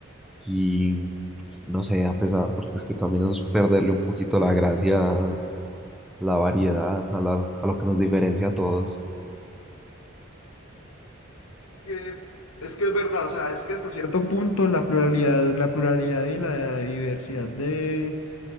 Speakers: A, in the centre; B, on the left (about 80°).
A: y no sé, a pesar, porque es que también es perderle un poquito la gracia a la variedad, a la- a lo que nos diferencia a todos.
B: que- es que es verdad, o sea, es que hasta cierto punto la pluralidad, la pluralidad y la diversidad de,